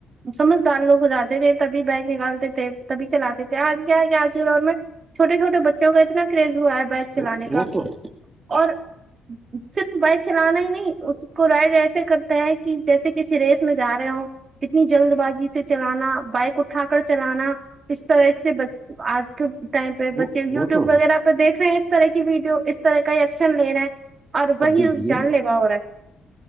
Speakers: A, on the right; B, on the right.
A: سمجھدار لوگ ہو جاتے تھے تبھی بائک نکالتے تھے تبھی چلاتے تھے آج کیا ہے کیا آج کے دور میں چوٹ چوٹ بچ بچوں کا اتنا کریز ہوا ہے بائک چلانے
B: وہ
A: کا
B: وہ تو ہے
A: اور صرف بائک چلانا ہی نہیں اس کو رائڈ ایسے کرتے ہیں کہ جیسے کسی ریس میں جا رہے ہو کتنی جلد بازی سے چلانا بائک اٹھا کر چلانا اس طرح سے ب آج کے ٹائم پہ
B: وہ
A: بچے یوٹیوب
B: وہ
A: وغیرہ
B: ہے
A: تو دیکھ رہے ہیں اس طرح کی ویڈیو اس طرح کا ایکشن لے رہے ہیں اور وہی
B: اب دیکھیے
A: جان لیوا ہو رہا ہے